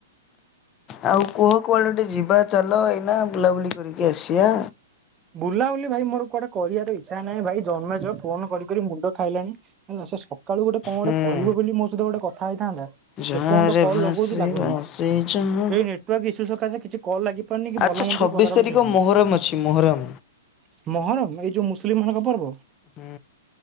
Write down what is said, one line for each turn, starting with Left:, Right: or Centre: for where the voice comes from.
Left: ଆଉ କୁହ କୁଆଡେ ଗୋଟେ ଯିବା ଚାଲ ଏଇନା ବୁଲାବୁଲି କରିକି ଆସିଆ
Right: ବୁଲାବୁଲି ଭାଇ ମୋର କୁଆଡେ କରିବାର ଇଚ୍ଛା ନାହିଁ ଭାଇ, ଜନ୍ମେଜୟ ଫୋନ କରି କରି ମୁଣ୍ଡ ଖାଇଲାଣି ହେଲା। ସେ ସକାଳୁ ଗୋଟେ କଣ ଗୋଟେ
Left: ହୁଁ
Right: କହିବ ବୋଲି ମୋ ସହିତ ଗୋଟେ କଥା ହେଇ ହେଇଥାନ୍ତା,
Left: ଜହାରେ
Right: ଏପର୍ଯ୍ୟନ୍ତ କଲ୍
Left: ଭାସେ
Right: ଲଗଉଚି ଲାଗୁନେଇଁ।
Left: ଭାସେ ଜହା
Right: ଏଇ ନେଟୱର୍କ ଇସ୍ୟୁ ସକାଶେ କିଛି କଲ୍ ଲାଗି ପାରୁନି କି
Left: ଆଚ୍ଛା
Right: ଭଲ ମନ୍ଦ
Left: ଛବିଶ
Right: ବି ପଚରା
Left: ତାରିଖ
Right: ପଚରି ହେଇପାରୁନି।
Left: ମୋହରମ ଅଛି ମୋହରମ
Right: ମହରମ, ଏଇ ଯୋଉ ମୁସଲିମ ମାନଙ୍କ ପର୍ବ।
Left: ହୁଁ।